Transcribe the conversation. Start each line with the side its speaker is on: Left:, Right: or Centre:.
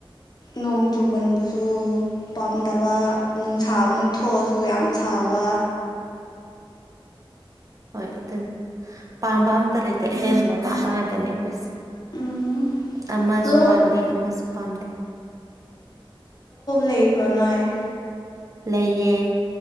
Left: ꯅꯣꯡ ꯆꯨꯃꯟꯕꯁꯨ ꯄꯥꯝꯗꯕ ꯅꯨꯡꯁꯥ ꯑꯃꯨꯛ ꯊꯣꯛꯑꯁꯨ ꯌꯥꯝ ꯁꯥ ꯕ
Right: <inaudible> ꯍꯣꯏ ꯑꯗꯨꯅꯤ ꯄꯥꯝꯕ ꯑꯝꯇ ꯂꯩꯇꯦ ꯑꯍꯦꯟꯕ ꯄꯥꯝꯕ ꯉꯥꯛꯇꯅꯦ ꯑꯩꯈꯣꯏꯁꯦ
Left: ꯎꯝ
Right: ꯑꯃꯁꯨ
Left: ꯂꯣꯛ
Right: ꯄꯥꯝꯗꯦ ꯑꯃꯁꯨ ꯄꯥꯝꯗꯦ
Left: ꯂꯩꯄ꯭ꯔ‌ꯣ ꯅꯣꯏ
Right: ꯂꯩꯌꯦ